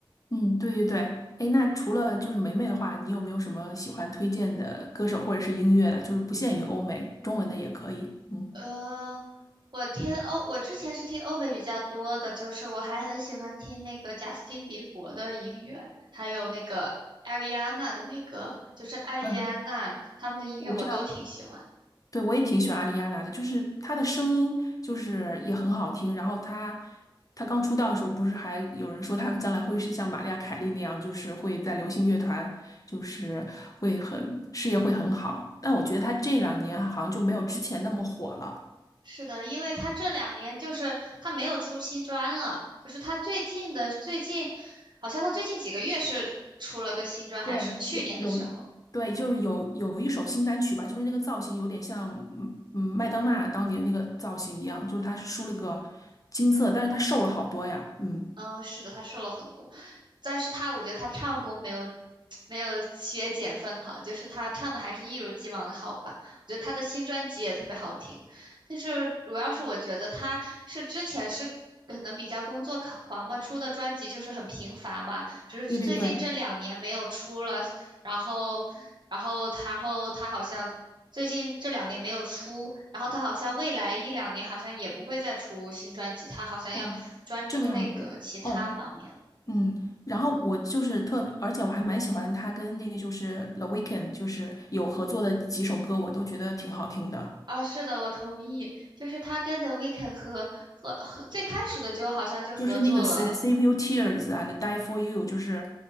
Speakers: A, on the left; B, on the right.
A: 嗯，对对对。哎，那除了就是梅梅的话，你有没有什么喜欢推荐的歌手或者是音乐的？就是不限于欧美，中文的也可以。嗯
B: 呃，我听欧，我之前是听欧美比较多的，就是我还很喜欢听那个贾斯汀比伯的音乐，还有那个艾瑞安娜的那个，就是艾丽安娜他们的音乐我都挺喜欢。
A: 嗯，我知道。对，我也挺喜欢阿丽亚娜的，就是她的声音就是也很好听。然后她，她刚出道的时候，不是还有人说她将来会是像玛丽亚·凯莉那样，就是会在流行乐团，就是会很事业会很好。但我觉得她这两年好像就没有之前那么火了。
B: 是的，因为他这两年就是他没有出新专了，就是他最近的最近，好像他最近几个月是出了个新专，还是去年的时候。
A: 对，有有，对，
B: 嗯。
A: 就是有有一首新单曲吧，就是那个造型有点像嗯嗯麦当娜当年那个造型一样，就是她梳了个金色，但是她瘦了好多呀。嗯，
B: 嗯，是的，他瘦了很多，但是他我觉得他唱功没有没有学姐分好，就是他唱的还是一如既往的好吧。我觉得他的新专辑也特别好听，但是主要是我觉得他是之前是可能比较工作狂狂吧，出的专辑就是很频繁吧，只是最近这两年没有出了，
A: 对对对，
B: 然后，然后，然后他好像最近这两年没有出，然后他好像未来一两年好像也不会再出新专辑，他好像要专注那个其他方面了。
A: 哦，这个样子。哦，
B: 嗯，
A: 嗯，然后我就是特别而且我还蛮喜欢他跟那个就是 The Weeknd，就是有合作的几首歌，我都觉得挺好听的。
B: 哦，是的，我同意，就是他跟 The Weeknd 和和和最开始的就好像就合作了。
A: 就是那个 Sa- Save Your Tears and Die for You，就是